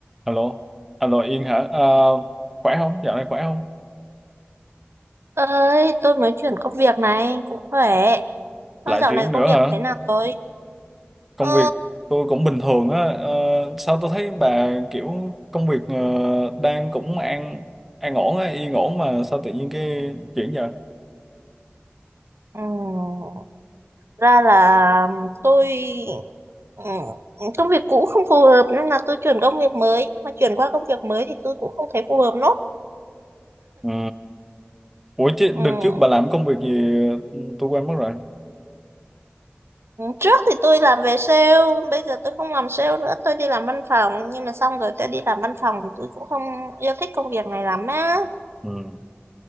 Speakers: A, in the centre; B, on the right.
A: Alo, alo Yên hả? À, khỏe không? Dạo này khỏe không?
B: ơi tôi mới chuyển công việc này cũng khỏe con
A: Lại
B: dạo
A: chuyện
B: này
A: nữa
B: công việc
A: hả?
B: thế nào rồi
A: Công
B: ờ
A: việc tôi cũng bình thường á. Ờ, sao tôi thấy bà kiểu công việc ờ, đang cũng an an ổn á, yên ổn mà sao tự nhiên cái chuyển vậy?
B: ừm, ra là tôi ừm, công việc cũ không phù hợp nên là tôi chuyển công việc mới nhưng mà chuyển qua công việc mới thì tôi cũng không thấy phù hợp nốt
A: Ừ. Ủa chứ
B: Ừm,
A: đợt trước bà làm công việc gì ừ, tôi quên mất rồi.
B: trước thì tôi làm về sale bây giờ tôi không làm sale nữa tôi đi làm văn phòng nhưng mà xong rồi tôi đi làm văn phòng thì tôi cũng không yêu thích công việc này lắm á
A: Ừ.